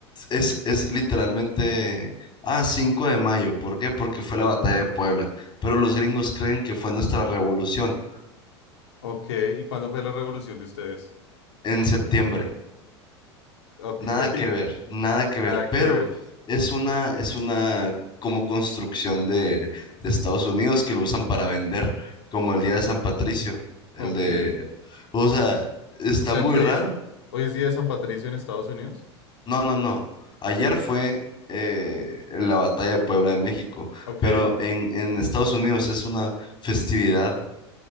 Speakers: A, on the left (about 30°); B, on the left (about 75°).
A: es, es literalmente, ah, 5 de mayo. ¿Por qué? Porque fue la batalla de Puebla. Pero los gringos creen que fue nuestra revolución
B: ok. ¿Y cuándo fue la revolución de ustedes?
A: en septiembre.
B: Ok,
A: Nada
B: <laughs>
A: que ver, nada que ver.
B: nada que
A: Pero
B: ver.
A: es una, es una como construcción de, de Estados Unidos que lo usan para vender, como el día de San Patricio, el
B: Ok.
A: de, o sea, está
B: O sea
A: muy
B: que hoy
A: raro.
B: es, hoy es día de San Patricio en Estados Unidos.
A: No, no, no. Ayer fue eh, la batalla de Puebla de México,
B: Ok,
A: pero en, en Estados Unidos es una festividad,